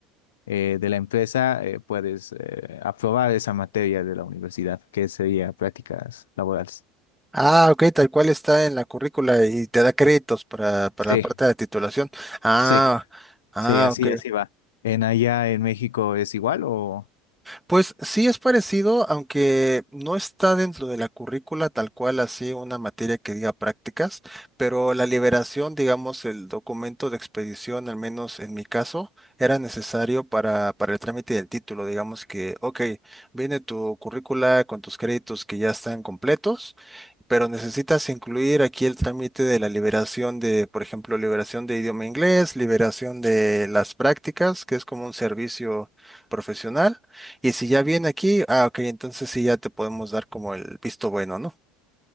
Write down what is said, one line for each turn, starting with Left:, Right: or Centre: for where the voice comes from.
Left: eh, de la empresa, eh, puedes eh, aprobar esa materia de la universidad, que sería prácticas laborales.
Centre: Ah, ok, tal cual está en la currícula y te da créditos para, para
Left: Sí,
Centre: la parte de la titulación. Ah,
Left: sí,
Centre: ah,
Left: sí, así,
Centre: ok.
Left: así va. ¿En allá en México es igual o...?
Centre: Pues sí es parecido, aunque no está dentro de la currícula tal cual así una materia que diga prácticas, pero la liberación, digamos, el documento de expedición, al menos en mi caso, era necesario para, para el trámite del título. Digamos que, ok, viene tu currícula con tus créditos que ya están completos, pero necesitas incluir aquí el trámite de la liberación de, por ejemplo, liberación de idioma inglés, liberación de las prácticas, que es como un servicio profesional y si ya viene aquí, ah, ok, entonces sí ya te podemos dar como el visto bueno, ¿no?